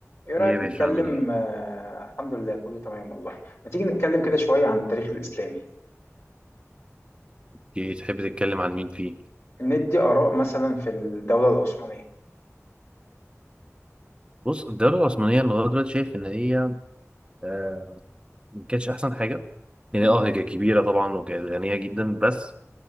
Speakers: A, on the left (about 55°); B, on the right (about 20°).
A: ايه رأيك
B: ايه يا باشا
A: نتكلم
B: عامل ايه؟
A: آه الحمد لله كله تمام والله ما تيجي نتكلم كده شوية عن التاريخ الإسلامي
B: إيه، تحب تتكلم عن مين فيه؟
A: ندي آراء مثلا في الدولة العثمانية
B: بص الدولة العثمانية لغاية دلوقتي شايف إن هي آه ما كانتش أحسن حاجة يعني
A: مم.
B: اه هي كانت كبيرة طبعا وكانت غنية جدا بس